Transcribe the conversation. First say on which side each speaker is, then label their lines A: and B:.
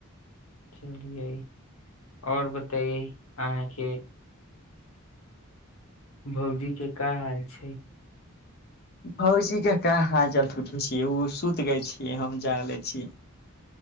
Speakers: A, on the left (about 85°); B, on the left (about 50°).
A: चलियै आओर बतइे अहाँ के भौजी के का हाल छै
B: भौजीे के का हाल पुछै छियै ओ सुति गय छीियै हम जाग ले छीिय